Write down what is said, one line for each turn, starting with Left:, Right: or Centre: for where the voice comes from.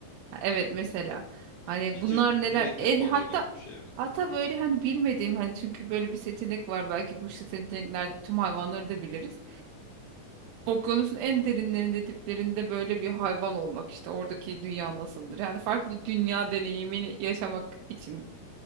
Right: Ha, evet mesela hani
Left: Bir
Right: bunlar
Left: tür
Right: neler
Left: mürekkep
Right: en
Left: balığı
Right: hatta
Left: gibi bir şey evet.
Right: hatta böyle hani bilmediğim hani çünkü böyle bir seçenek var belki bu seçeneklerde tüm hayvanları da biliriz Okyanusun en derinlerinde diplerinde böyle bir hayvan olmak işte oradaki dünya nasıldır? Yani farklı dünya deneyimini yaşamak için